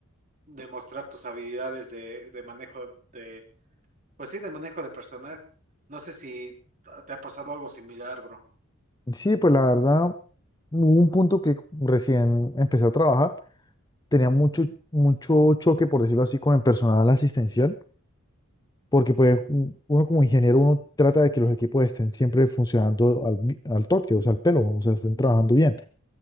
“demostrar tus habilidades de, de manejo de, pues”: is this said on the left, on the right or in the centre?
Right